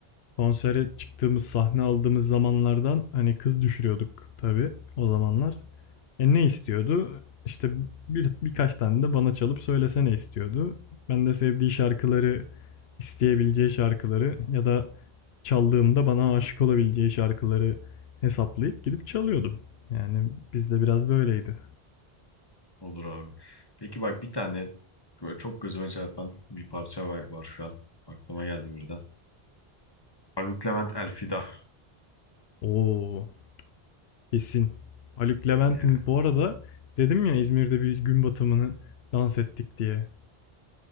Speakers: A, on the left; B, on the left.
A: konsere çıktığımız, sahne aldığımız zamanlardan hani kız düşürüyorduk tabii o zamanlar. E ne istiyordu? İşte bir, birkaç tane de bana çalıp söylesene istiyordu. Ben de sevdiği şarkıları, isteyebileceği şarkıları ya da çaldığımda bana aşık olabileceği şarkıları hesaplayıp gidip çalıyordum. Yani bizde biraz böyleydi.
B: Olur abi. Peki bak bir tane böyle çok gözüme çarpan bir parça var, var şu an. Aklıma geldi birden. Haluk Levent Elfida.
A: Oo, Kesin. Haluk Levent'in
B: Ya.
A: bu arada dedim ya İzmir'de bir gün batımını dans ettik diye.